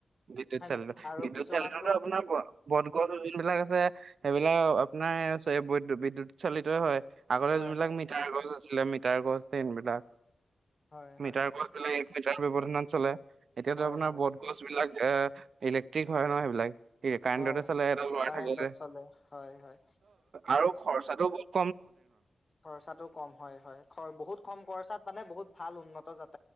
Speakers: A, on the right; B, on the left.
A: বিদ্যুৎ
B: হয়
A: চাল
B: নাই? আৰু
A: বিদ্যুৎ
B: কিছুমানটো
A: চালিতো আপোনাৰ বটগছ যোনবিলাক আছে। সেইবিলাক আপোনাৰ বিদ্যুৎ চালিত হয়। আগতে
B: হয়,
A: যোনবিলাক
B: হয়,
A: মিটাৰ গছ। আছিলে মিটাৰ গছ। এইনবিলাক।
B: হয়, হয়,
A: মিটাৰ গছ বিলাক। সেই তাৰ ব্যৱধানত চলে।। এতিয়াতো
B: হয়,
A: আপোনাৰ
B: হয়,
A: বত গছ বিলাক। এ ইলেক্ট্ৰিক হয় ন সেইবিলাক। কি কাৰেণ্টতে
B: হয়, হয়।
A: চলে এই ডাল উৱা
B: কাৰেণ্টত
A: থাকিলে যে
B: চলে হয়, হয়
A: আৰু খৰচাটো বহু।
B: খৰচাটো কম হয়, হয়। বহুত কম খৰচাত পালে বহুত। ভাল উন্নত যাত।